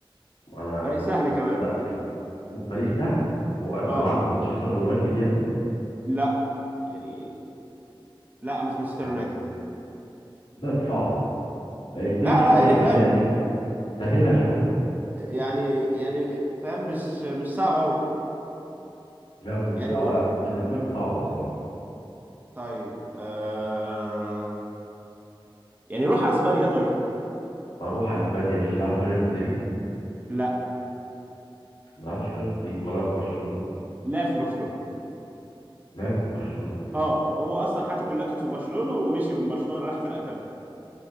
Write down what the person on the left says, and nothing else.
ما انا
لا س- وفريق سهل هو أما
لعب في مانشستر يونايتد يعني
مم.
لا دي صعبه آه، اديني
شويه
كده
يعني سهلها شويه
لا بالنسبه,
آه
بالنسبة لي صعبه بصراحه
اروح اسبانيا ماشي لعب في ريال مدريد
ما لعبش في ريال مدريد ولا في برشلونة
لعب في برشلونة